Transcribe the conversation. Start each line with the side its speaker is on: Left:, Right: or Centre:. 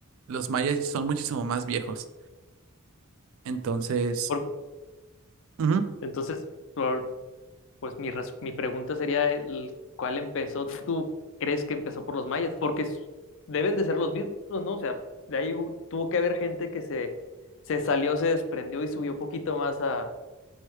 Right: los mayas son muchísimo más viejos. Entonces,
Left: por-
Right: ujú,
Left: entonces por- Pues mi, res- mi pregunta sería, el- ¿cuál empezó? ¿Tú crees que empezó por los mayas? Porque s- deben de ser los mismos, ¿no? O sea, de ahí hu- tuvo que haber gente que se, se salió, se desprendió y subió poquito más a,